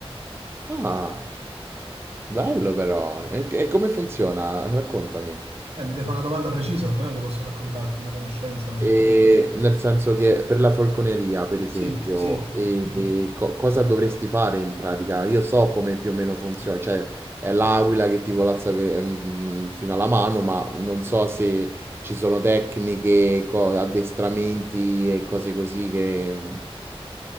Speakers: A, on the right; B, on the right.
A: Ah, bello però. E, e come funziona? Raccontami.
B: Eh, mi devi fare una domanda precisa, perché non è che posso raccontarti una conoscenza.
A: E nel senso che per la falconeria, per esempio,
B: Sì, sì.
A: e- e co- cosa dovresti fare in pratica? Io so come più o meno funziona, cioè è l'aquila che ti volazza pe- mm, fino alla mano, ma non so se ci sono tecniche, co- addestramenti e cose così che...